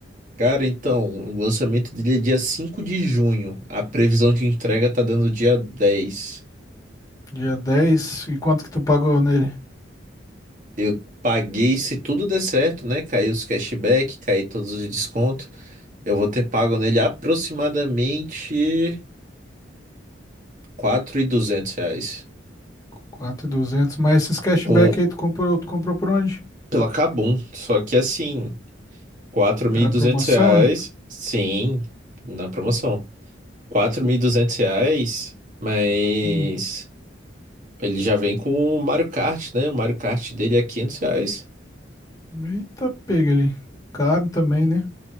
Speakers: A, on the right; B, on the left.
A: Cara, então, o lançamento dele é dia 5 de junho. A previsão de entrega tá dando dia dez.
B: Dia 10. E quanto que tu pagou nele?
A: Eu paguei, se tudo der certo, né? Caiu os cashback, caiu todos os descontos. Eu vou ter pago nele aproximadamente 4.200 reais.
B: 4.200. Mas esses cashback
A: Com,
B: aí, tu comprou, tu comprou por onde?
A: pela Kabum. Só que assim, quatro mil
B: Era
A: e duzentos
B: promoção,
A: reais,
B: é?
A: sim, na promoção. quatro mil e duzentos reais, mas
B: Hum.
A: ele já vem com o Mario Kart, né? O Mario Kart dele é 500 reais.
B: Eita, pega ele. Caro também, né?